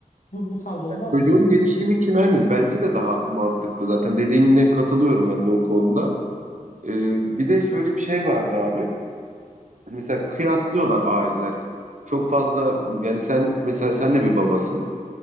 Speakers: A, on the left; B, on the right.
A: Bu bu tarz olmaz
B: Çocuğun
A: mı sence?
B: gelişimi için aynen bence de daha mantıklı zaten dediğine katılıyorum ben de o konuda. Ee, bir de şöyle bir şey vardı abi. Mesela kıyaslıyorlar aileler. Çok fazla yani sen mesela sen de bir babasın.